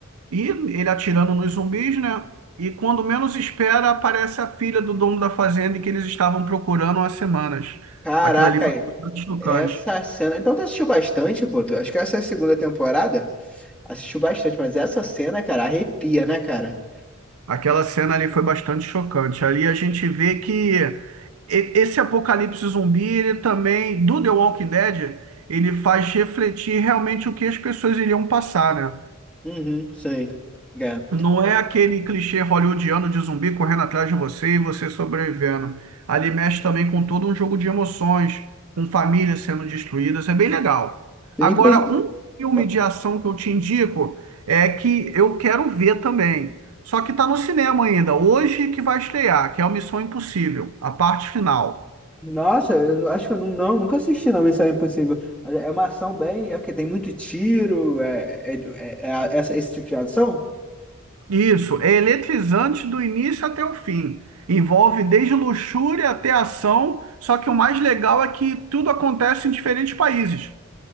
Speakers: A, on the right; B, in the centre.
A: e ele atirando nos zumbis, né? E quando menos espera, aparece a filha do dono da fazenda que eles estavam procurando há semanas.
B: Caraca,
A: Aquilo ali foi bastante chocante.
B: Essa cena. Então tu assistiu bastante, pô. Tu- Acho que essa é a segunda temporada. Assistiu bastante, mas essa cena, cara, arrepia, né, cara?
A: Aquela cena ali foi bastante chocante. Ali a gente vê que e- esse apocalipse zumbi, ele também, do The Walking Dead, ele faz refletir realmente o que as pessoas iriam passar, né?
B: Uhum, sei. É.
A: Não é aquele clichê hollywoodiano de zumbi correndo atrás de você e você sobrevivendo. Ali mexe também com todo um jogo de emoções, com famílias sendo destruídas, é bem legal.
B: Tem,
A: Agora,
B: inclusive.
A: um filme
B: Pô,
A: de ação que eu te indico é que eu quero ver também. Só que está no cinema ainda, hoje que vai estrear, que é o Missão Impossível, a parte final.
B: Nossa, eu não- acho que eu não, não, nunca assisti não, Missão Impossível. Mas É uma ação bem. É porque tem muito tiro, é, é, é- é a- essa, esse tipo de ação?
A: Isso, é eletrizante do início até o fim. Envolve desde luxúria até ação, só que o mais legal é que tudo acontece em diferentes países.